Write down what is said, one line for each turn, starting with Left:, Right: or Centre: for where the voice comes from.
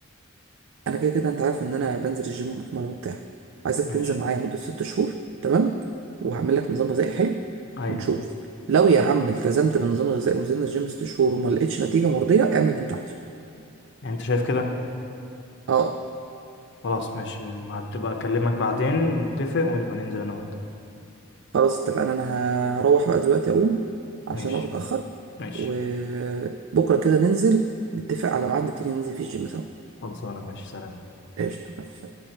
Right: انا كده كده انت عارف ان انا بنزل الجيم وبتمرن وبتاع عايزك
Left: ماشي
Right: تنزل معايا مده ست شهور تمام وهعمل لك نظام غذائي حلو
Left: أيوه
Right: ونشوف لو يا عم التزمت بالنظام الغذائي ونزلنا الجيم ست شهور وما لقيتش نتيجه مرضيه اعمل اللي انت عايزه
Left: يعني أنت شايف كده
Right: اه
Left: خلاص ماشي هتبقى أكلمك بعدين نتفق ونبقى ننزل أنا وأنت
Right: خلاص اتفقنا انا ه- هروح بقى دلوقتي اقوم عشان
Left: ماشي
Right: الوقت اتاخر
Left: ماشي
Right: وبكره كده ننزل نتفق على ميعاد نبتدي ننزل فيه الجيم سوا
Left: خلصانة ماشي سلام
Right: قشطه مفيش